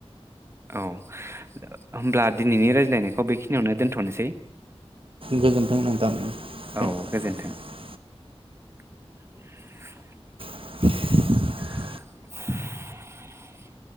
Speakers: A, on the right; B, on the right.
A: औ होमब्ला दिनैनि रायज्लायनायखौ बेखिनियावनो दोनथनोसै।
B: गोजोन्थों नोंथां
A: औ
B: <unintelligible>
A: गोजोन्थों। <inaudible>
B: <inaudible>
A: <inaudible>